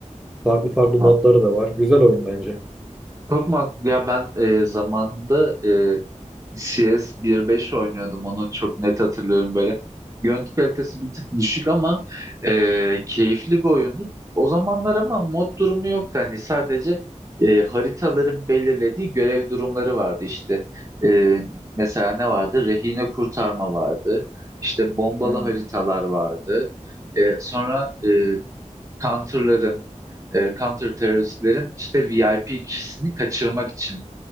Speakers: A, in the centre; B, on the right.
A: Farklı farklı
B: Tamam.
A: modları da var. Güzel oyun bence.
B: Çok mantıklı. Ya ben e, zamanında e, CS 1.5 oynuyordum onu çok net hatırlıyorum böyle. Görüntü kalitesi bir tık düşük ama e, keyifli bir oyundu. O zamanlar ama mod durumu yoktu hani sadece e, haritaların belirlediği görev durumları vardı işte. E, mesela ne vardı? Rehine kurtarma vardı. İşte bombalı
A: Aynen.
B: haritalar vardı. E, sonra e, counter'ların, e, counter teröristlerin işte VIP kişisini kaçırmak için